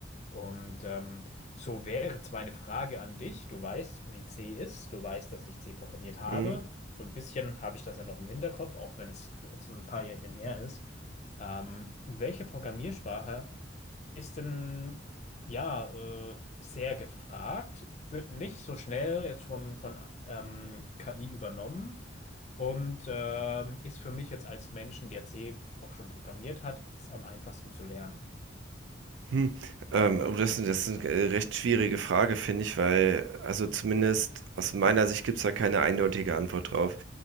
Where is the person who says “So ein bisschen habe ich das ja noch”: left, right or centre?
Left